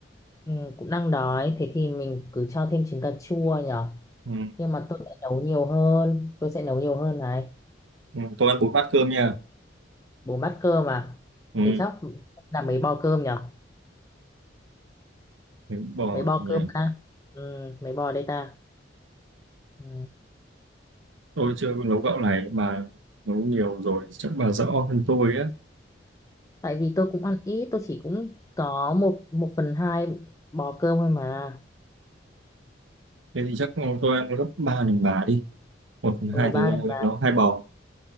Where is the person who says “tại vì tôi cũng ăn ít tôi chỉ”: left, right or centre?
Left